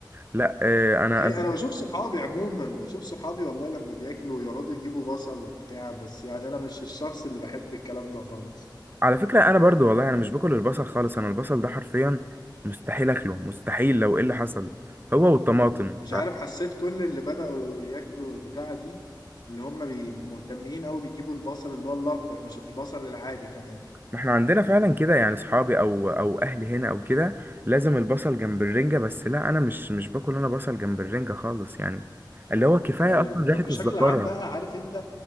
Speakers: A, on the right; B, on the left.
A: لا اه انا
B: اي
A: انا
B: انا بشوف صحابي عموما بشوف صحابي والله لما بياكلوا يقعدوا يجيبوا بصل وبتاع بس يعني انا مش الشخص اللي بحب الكلام ده خالص
A: على فكرة انا برضو والله انا مش باكل البصل خالص انا البصل ده حرفيا مستحيل اكله مستحيل لو ايه اللي حصل هو والطماطم
B: مش عارف حسيت كل اللي بدأوا ياكلوا البتاعة دي اللي هم بي- مهتمين قوي بيجيبوا البصل اللي هو الاخضر مش البصل العادي كمان
A: ما احنا عندنا فعلا كده يعني صحابي او او اهلي هنا او كده لازم البصل جنب الرنجة بس لا انا مش مش باكل انا بصل جنب الرنجة خالص يعني اللي هو كفاية
B: ايوه
A: اصلا ريحة
B: طب بشكل
A: الزفارة
B: عام بقى عارف انت